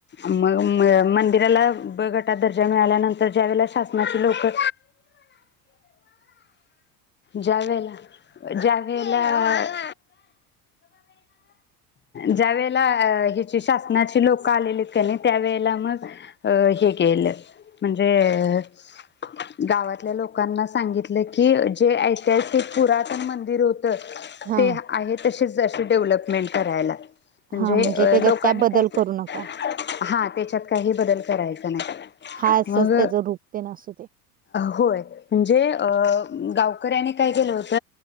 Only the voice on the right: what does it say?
हा
हा त्याच्यात
बदल
करू
नका
हा असंच
त्याचं रूप तेन असू दे.